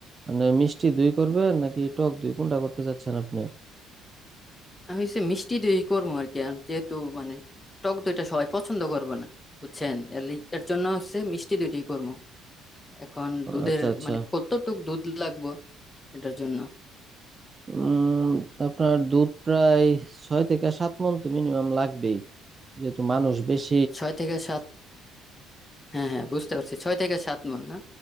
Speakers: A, on the right (about 25°); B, on the left (about 20°).
A: মানে মিষ্টি দই করবেন নাকি টক দই কোনটা করতে চাচ্ছেন আপনি
B: আমি হচ্ছে মিষ্টি দই করবো আর কি আর যেহেতু মানে টক দইটা সবাই পছন্দ করবে না বুঝছেন এর লি- এর জন্য হচ্ছে মিষ্টি দইটাই করবো এখন দুধের
A: আচ্ছা আচ্ছা
B: মানে কতটুক দুধ লাগবো এটার জন্য
A: উম আপনার দুধ প্রায় ছয় থেকে সাত মণ তো মিনিমাম লাগবেই যেহেতু মানুষ বেশি
B: ছয় থেকে সাত হ্যাঁ হ্যাঁ বুঝতে পারছি ছয় থেকে সাত মণ না